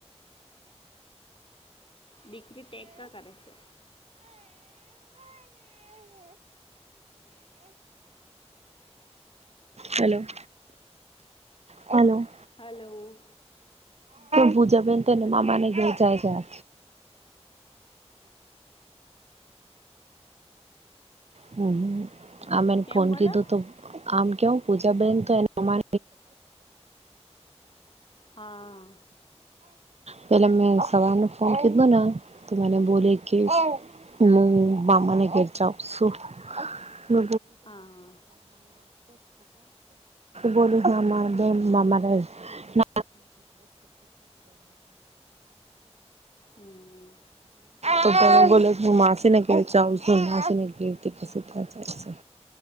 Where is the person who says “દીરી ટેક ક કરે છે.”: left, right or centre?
Left